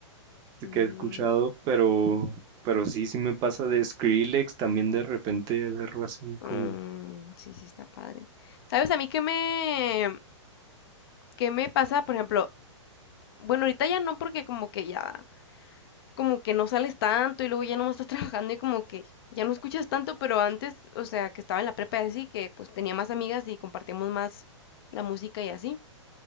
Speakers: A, on the left; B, on the right.
A: mm,
B: que he escuchado, pero, pero sí, sí me pasa de Skrillex, también de repente agarro así
A: mm,
B: como,
A: sí, sí, está padre. ¿Sabes a mí qué me, qué me pasa? Por ejemplo, bueno, ahorita ya no, porque como que ya. como que no sales tanto y luego ya nomás estás <laughs> trabajando y como que ya no escuchas tanto, pero antes, o sea, que estaba en la prepa y así, que pues tenía más amigas y compartíamos más la música y así.